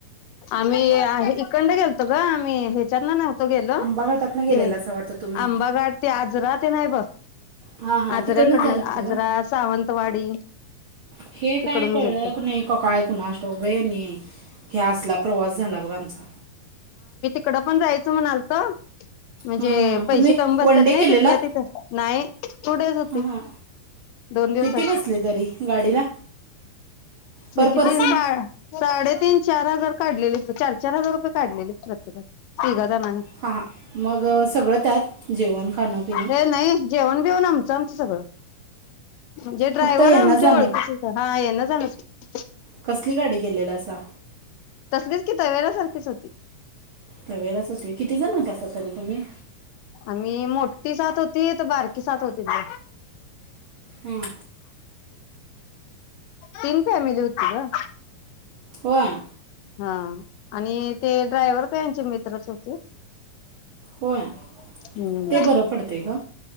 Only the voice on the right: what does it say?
आंबा घाटातनं गेलेला
असं वाटतं तुम्ही
हा हा
तिकडनच जायला लागते
ग.
हे काय
कळल
नाही का काय कुणास ठाऊक बाई आणी ह्या असला प्रवास झाला बघ आमचा.
हां हां हां
तुम्ही
वन डे
केलेला
हां हां
किती बसले तरी गाडीला पर
पर्सन
हां हां मग सगळं त्यात जेवण खाणं पिणं
फक्त यांना
जाणं
कसली गाडी केलेलासा?
तवेराच होती किती जण होता असा तरी तुम्ही
हम्म.
होय.
होय
ते बरं पडते ग